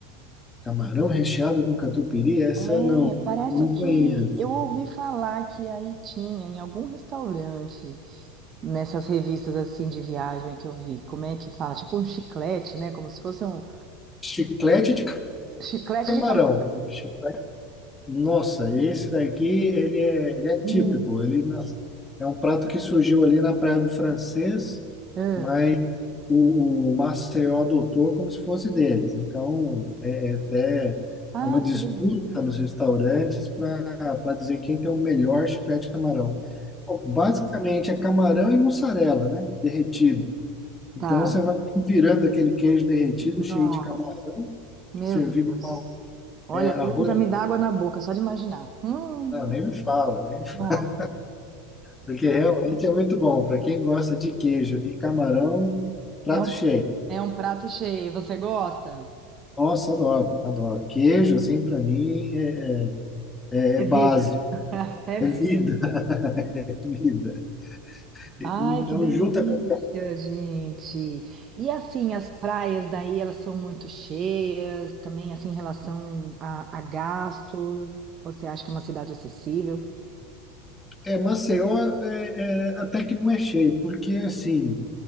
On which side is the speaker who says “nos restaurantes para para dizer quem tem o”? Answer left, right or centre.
Left